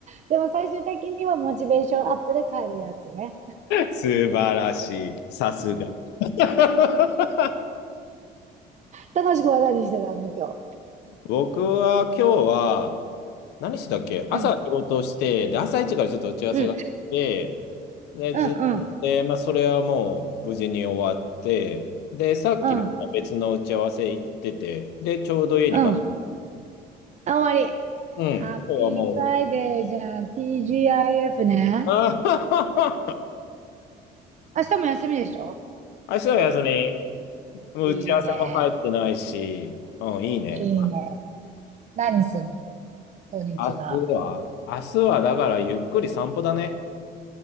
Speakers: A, on the right; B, on the left.
A: でも最終的にはモチベーションアップで帰るやつね。
B: 素晴らしい。さすが。<laughs>
A: 高しくは何してたの今日。
B: 僕は今日は、何してたっけ朝仕事をして、
A: うん、
B: で、朝一からちょっと打ち合わせがあって、
A: うん、
B: で、
A: うん、
B: ずっと、
A: うん、
B: でまあ、それはもう無事に終わって、で、さっきまた別の打ち合わせ行ってて、
A: うん、
B: で、ちょうど家に帰って、
A: うん。あ、終わり。
B: うん、
A: ハッピーフライデーじゃん。
B: 今日はもう、
A: TGIF ね。
B: あ
A: 明日も休みでしょ
B: ー <laughs> 明日は休み。もう打ち合わせも入ってないし、
A: いいね。
B: うん、いいね。
A: いいね。何すんの土日は。
B: 明日は、明日はだからゆっくり散歩だね。